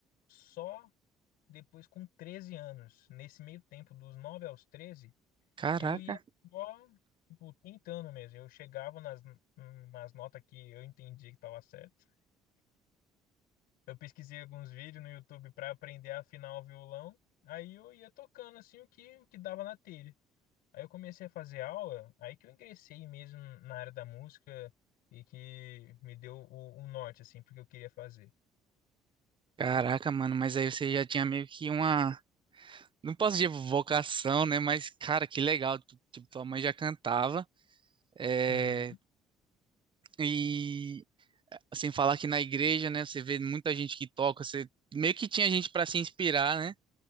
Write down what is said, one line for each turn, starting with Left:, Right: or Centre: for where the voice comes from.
Left: só depois com 13 anos. Nesse meio tempo, dos 9 aos 13
Right: Caraca.
Left: eu ia só, tipo, tentando mesmo. Eu chegava nas, nas notas que eu entendia que estava certo. Eu pesquisei alguns vídeos no YouTube para aprender a afinar o violão. Aí eu ia tocando assim o que, o que dava na telha. Aí eu comecei a fazer aula, aí que eu ingressei mesmo na área da música e que me deu o, o norte, assim, porque eu queria fazer.
Right: Caraca, mano, mas aí você já tinha meio que uma. Não posso dizer vocação, né? Mas, cara, que legal. tu- Tipo, tua mãe já cantava. É...
Left: Uhum.
Right: E sem falar que na igreja, né? Você vê muita gente que toca. Você meio que tinha gente pra se inspirar, né?